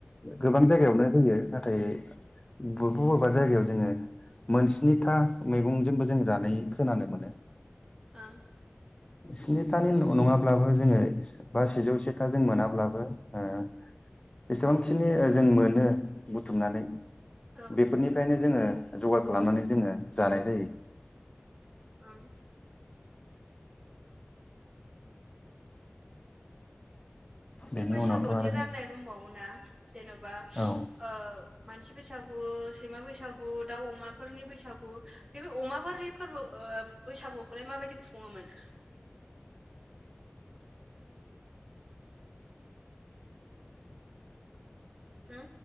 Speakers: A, on the left; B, on the right.
A: गोबां जायगायावनो होयो नाथाय बबेबा बबेबा जायगायाव जोङो मोनस्निथा मैगंजोंबो जों जानाय खोनानो मोनो।
B: ओं
A: स्निथानि नंङाब्लाबो जोंङो बा सेजौ सेथा जों मोनाब्लाबो ओ एसेबांखिनि ओ जों मोनो बुथुमनानै
B: औ
A: बेफोरनिफ्रायनो जोंङो जगार खालामनानै जोंङो जानाय जायो।
B: ओं
A: बेनि
B: बे बैसागुआवदि
A: उनावथ' आरो
B: राननाय दंबावोना जेन'बा
A: औ।
B: ओ मानसि बैसागु सैमा बैसागु दाउ अमाफोरनि बैसागु बे अमाफोरनि फोरबो ओ बैसागुखौलाय माबायदि खुङोमोन? हो